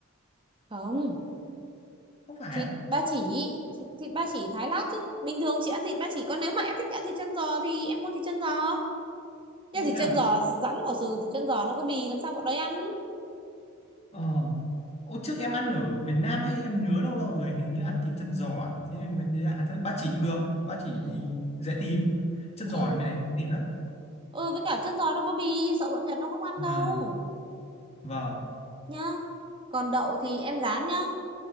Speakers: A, on the right; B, on the left.
A: không
B: Không phải
A: thịt
B: á?
A: ba chỉ thịt ba chỉ thái lát chứ bình thường chị ăn thịt ba chỉ còn nếu mà em thích ăn thịt chân giò thì em mua thịt chân giò nhưng
B: Ô
A: thịt
B: thế
A: chân
B: à?
A: giò rắn bỏ xừ thịt chân giò nó có bì làm sao bọn đấy ăn
B: Ờ. Ô trước em ăn ở Việt Nam hay em nhớ lâu lâu rồi hình như ăn thịt chân giò à? thế em mới thấy lạ thế ba chỉ cũng được ba chỉ
A: ừ
B: thì dễ tìm chân giò
A: ừ
B: thì bên này khó tìm lắm
A: ừ với cả chân giò nó có bì sợ bọn Nhật nó không ăn đâu
B: à, vâng
A: nhá còn đậu thì em rán nhá